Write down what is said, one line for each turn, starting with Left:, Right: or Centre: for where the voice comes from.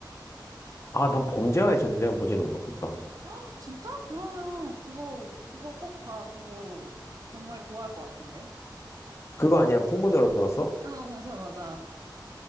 Left: 아 난 범죄와의 전쟁은 보지는 못했다
Right: <gasps> 헉, 진짜? 그러면 그거, 그거 꼭 봐. 그거 정말 좋아할 것 같은데.
Left: 그거 아니야 풍문으로 들었어?
Right: 아, 맞아, 맞아.